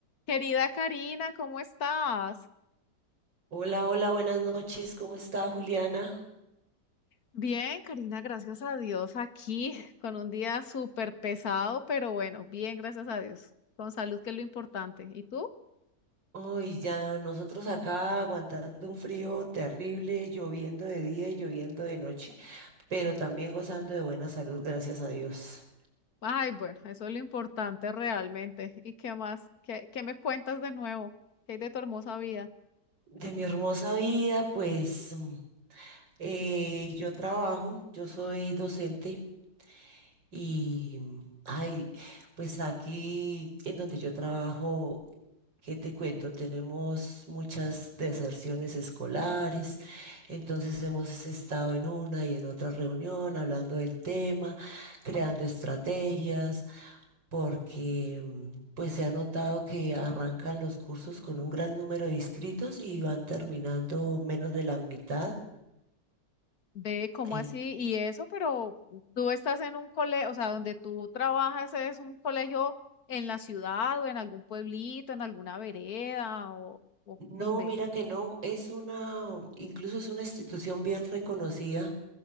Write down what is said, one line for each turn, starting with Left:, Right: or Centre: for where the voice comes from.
Left: Querida Karina, ¿cómo estás?
Right: Hola, hola, buenas noches. ¿Cómo está Juliana?
Left: Bien, Karina, gracias a Dios, aquí <laughs> con un día súper pesado, pero bueno, bien, gracias a Dios, con salud que es lo importante. ¿Y tú?
Right: Hoy ya nosotros acá aguantando un frío terrible, lloviendo de día y lloviendo de noche, pero también gozando de buena salud, gracias a Dios.
Left: Ay, bueno, eso es lo importante realmente. ¿Y qué más? ¿Qué, qué me cuentas de nuevo? ¿Qué hay de tu hermosa vida?
Right: De mi hermosa vida, pues mm, eh, yo trabajo, yo soy docente y, mm, ay, pues aquí en donde yo trabajo ¿Qué te cuento? Tenemos muchas deserciones escolares, entonces hemos estado en una y en otra reunión hablando del tema, creando estrategias, porque mm, pues se ha notado que arrancan los cursos con un gran número de inscritos y van terminando menos de la mitad.
Left: Ve, ¿cómo
Right: En-
Left: así? Y eso, pero tú estás en un colegio, o sea, donde tú trabajas es un colegio en la ciudad o en algún pueblito, en alguna vereda o, o
Right: no,
Left: dónde.
Right: mira que no, es una, um, incluso es una institución bien reconocida